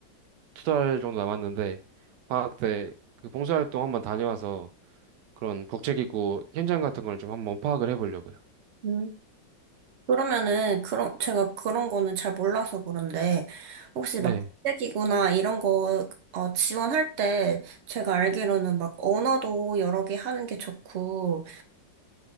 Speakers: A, on the right; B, on the right.
A: 두 달 정도 남았는데 방학 때 그 봉사활동 한번 다녀와서 그런 국제기구 현장 같은 걸 좀 한번 파악을 해보려고요.
B: 음. 그러면은 그런 제가 그런 거는 잘 몰라서 그런데 혹시
A: 네.
B: 막 국제기구나 이런 거 어, 지원할 때 제가 알기로는 막 언어도 여러 개 하는 게 좋고